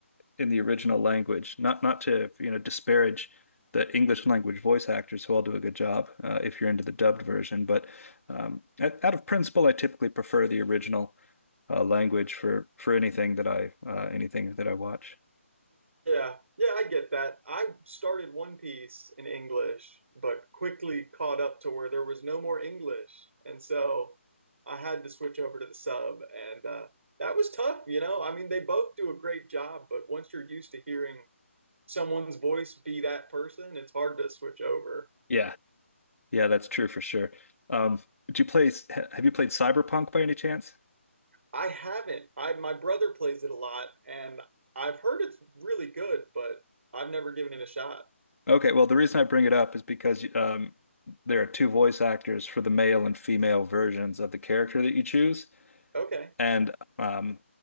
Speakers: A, on the left (about 90°); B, on the right (about 65°).
A: in the original language. Not not to, you know, disparage the English language voice actors who all do a good job uh, if you're into the dubbed version, but um out out of principle I typically prefer the original uh language for for anything that I uh anything that I watch.
B: Yeah, yeah, I get that. I started One Piece in English, but quickly caught up to where there was no more English. And so I had to switch over to the sub. And uh, that was tough, you know? I mean, they both do a great job, but once you're used to hearing someone's voice be that person, it's hard to switch over.
A: Yeah, yeah, that's true for sure. Um, do you play? Have you played Cyberpunk by any chance?
B: I haven't. I my brother plays it a lot, and I've heard it's really good, but I've never given it a shot.
A: Okay, well, the reason I bring it up is because um, there are two voice actors for the male and female versions of the character that you choose,
B: Okay.
A: And um,